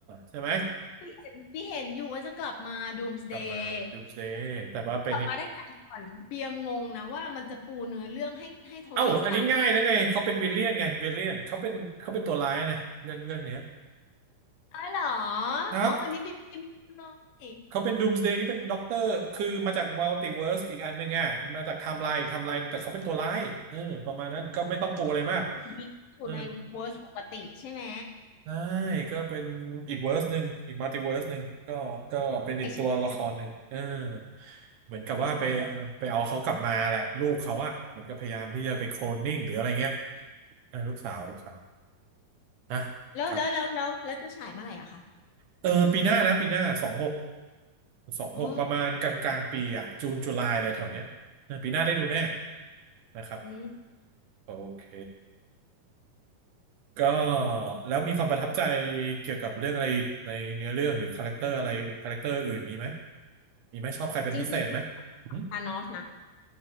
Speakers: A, on the right; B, on the left.
A: ใช่ไหม
B: พี่เห็นพี่เห็นอยู่ว่าจะกลับมา Doomsday
A: กลับมา Doomsday แต่ว่าเป็นอีก
B: กลับมาได้ไงก่อนเบียงงงนะว่ามันจะปูเนื้อเรื่องให้ให้โทนี่สตาร์ก
A: เอ้าอันนี้ง่ายแล้วไงเขาเป็นวิลเลียนไงวิลเลียนเขาเป็นเขาเป็นตัวร้ายนะเรื่องเรื่องเนี้ย
B: อ๋อเหรอ
A: นะครับ
B: อ๋ออันนี้บิมเลย
A: เขาเป็น Doomsday นี่เป็นด็อกเตอร์คือมาจากมัลติเวิร์สอีกอันหนึ่งอ่ะมาจากไทม์ไลน์ไทม์ไลน์แต่เขาเป็นตัวร้ายเออประมาณนั้นก็ไม่ต้องปูอะไรมาก
B: บิมอยู่ในเวอร์สปกติใช่ไหม
A: เออใช่ก็เป็นอีกเวิร์สหนึ่งอีกมัลติเวิร์สหนึ่งก็ก็เป็นอีกตัวละครหนึ่งเออ
B: ไอฉายอะ
A: เหมือนกับว่าไป
B: ไอฉายเลยไหม
A: ไปเอาเขากลับมาแหละลูกเขาอะเหมือนก็พยายามที่จะไปโคลนนิ่งหรืออะไรเงี้ยเออลูกสาวลูกสาวนะครับ
B: แล้วแล้วแล้วแล้วแล้วจะฉายเมื่อไหร่อะคะ
A: เออปีหน้านะปีหน้าสองหกสองหกประมาณกลางกลางปีอ่ะจูนจุลายอะไรแถวเนี้ยเออปีหน้าได้ดูแน่
B: อ๋อ
A: นะครับ
B: อืม
A: โอเคก็แล้วมีความประทับใจเกี่ยวกับเรื่องอะไรในเนื้อเรื่องหรือคาแรคเตอร์อะไรคาแรคเตอร์อื่นมีไหมมีไหมชอบใครเป็นพิเศษไหมหึ
B: จริงจริงธานอสนะ